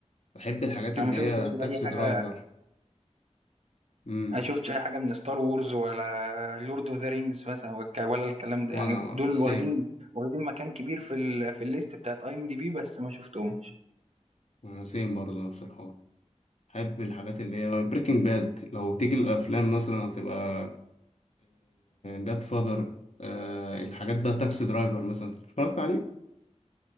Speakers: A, on the left; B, on the right.
A: بحب الحاجات
B: انا
A: اللي
B: ما شفتش
A: هي تاكسي
B: اي حاجه
A: درايفر امم
B: ما شفتش اي حاجه من ستار وورز ولا لورد اوف ذا رينجز مثلا والك- ولا الكلام ده
A: وانا
B: يعني دول
A: سيم
B: واخدين واخدين مكان كبير في ال... في الليست بتاعت اي ام دي بي بس ما شفتهمش
A: انا سيم برضو نفس الحوار بحب الحاجات اللي هي بريكنج باد لو تيجي الافلام مثلا هتبقى جاد فاذر الحاجات بقى تاكسي درايفر مثلا اتفرجت عليه